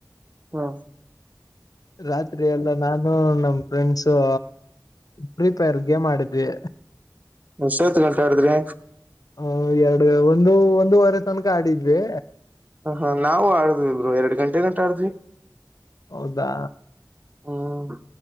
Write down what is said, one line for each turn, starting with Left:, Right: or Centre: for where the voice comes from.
Right: ಹ.
Left: ರಾತ್ರಿ ಎಲ್ಲ ನಾನು ನಮ ಫ್ರೆಂಡ್ಸು. ಫ್ರೀ ಫೈರ್ ಗೇಮ್ ಆಡಿದ್ವಿ.
Right: ಎಷ್ಟ್ ಹೊತ್ತ್ ಗಂಟೆ ಆಡಿದ್ರಿ.
Left: ಹ ಎರಡು ಒಂದು ಒಂದುವರೆ ತನಕ ಆಡಿದ್ವಿ.
Right: ಹ ಹಾ ನಾವು ಆಡದ್ವಿ ಇಬ್ರು ಎರಡ್ ಗಂಟೆ ಗಟ ಆಡದ್ವಿ
Left: ಹೌದಾ.
Right: ಹ್ಮ್